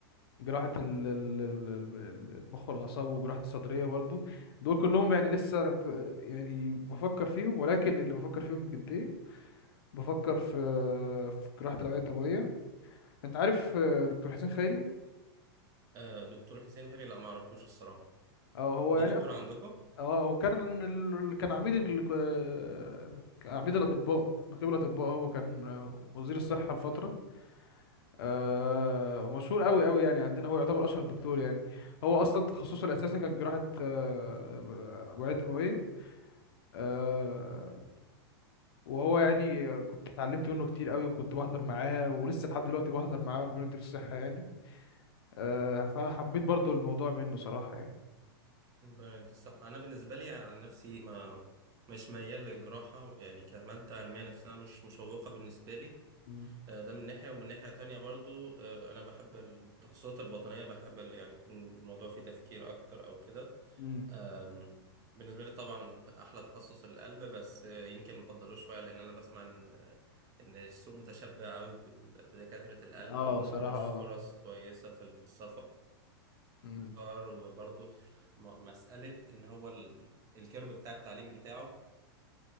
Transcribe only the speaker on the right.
أه، دكتور حسين غيري لا ما اعرفوش الصراحة
ده
دكتور عندكم
ب- دي الصح انا بالنسبة لي على نفسي ما مش ميال للجراحة يعني كمادة علمية نفسها مش مشوقة بالنسبة لي
آه، ده من ناحية ومن ناحية تانية برضو آه، أنا بحب التخصصات الباطنية بحب ال- يعني يكون الموضوع فيه تفكير أكتر أو كده
أم، بالنسبة لي طبعا أحلى تخصص القلب بس يمكن مفضلوش شوية لأن أنا بسمع إن إن السوق متشبع قوي بال- بدكاترة القلب
وإن
ملوش
فرص كويسة في السفر
وبرضه م- مسألة إن هو ال- الكيرف بتاع التعليم بتاعه